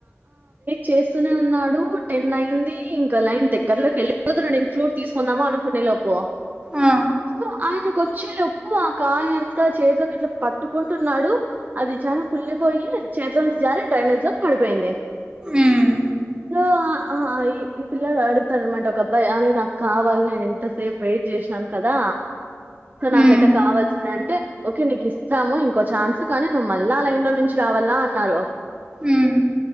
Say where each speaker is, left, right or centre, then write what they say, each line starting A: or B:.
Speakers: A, on the right; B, on the right.
A: చేస్తూనే ఉన్నాడు టెన్ అయింది ఇంకా లైన్ దగ్గరలోకి వెళ్ళిపోతినడు నేను ఫ్లూట్ తీసుకుందాము అనుకునే లోప్పు
B: ఆ
A: సో ఆయన కొచ్చిలోప్పు ఆ కాయంతా చేతిలోకి ఇట్లా పట్టుకుంటున్నాడు అది చా కుళ్లిపోయి చేతిలో నుంచి జారీ డ్రైనేజ్ లో పడిపోయింది
B: ఉమ్
A: సో ఈ ఈ పిల్లడు అడుగుతారనమాట ఒక అబ్బాయి అ నాకు కావాలి నేను ఎంతసేపు వెయిట్ చేసినాను కదా సో నాకైతే
B: ఉమ్
A: కావాల్సింద అంటే ఓకే నీకు ఇస్తాము ఇంకో ఛాన్స్ కానీ నువ్వు మళ్ళా లైన్ లో నుంచి రావాలా అన్నారు
B: ఉమ్